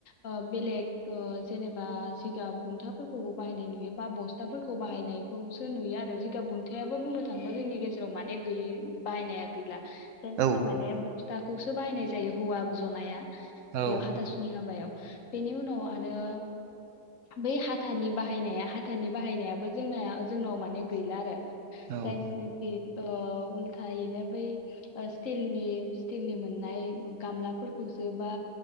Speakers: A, on the left; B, on the right.
A: ओ बेलेग ओ जेनेबा जिगाब बुन्थाफोरखौबो बाहायनाय नुयो बा बस्थाफोरखौ बाहायनायखौसो नुयो आरो जि गाब बुंन्थायाबो बुंनो जोंनि गेजेराव माने गैय बाहायनाया गै ला बेनिखाय
B: औ
A: माने फिथाखौसो बाहायनाय जायो हौवा जनाया।
B: औ
A: बेयाव हाथासुनि हाबायाव। बेनि उनाव आरो बै हाथानि बाहायनाया हाथानि बाहायनायाबो जोंनाया जोंनाव माने गैला आरो।
B: औ
A: जायनो बे ओ उल्थैनो बै ओ स्टिलनि स्टिलनि मोननाय गामलाफोरखौसो बा